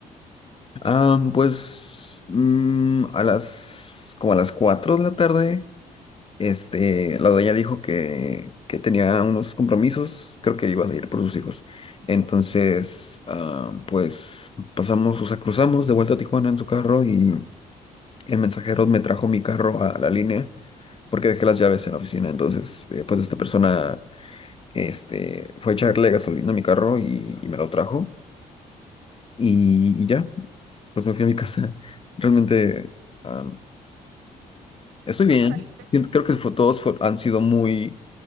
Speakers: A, on the left; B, on the right.
A: Am, pues mm, a las, como a las 4 de la tarde. Este, la doña dijo que, que tenía unos compromisos, creo que iba a ir por sus hijos. Entonces, ah, pues pasamos, o sea, cruzamos de vuelta a Tijuana en su carro y el mensajero me trajo mi carro a la línea porque dejé las llaves en la oficina. Entonces, eh, pues esta persona, este, fue a echarle gasolina a mi carro y, y me lo trajo y, y ya, pues me fui a mi casa. <laughs> Realmente, ah, Estoy bien.
B: O sea, saliste-
A: Siento- Creo que fue- todos fue- han sido muy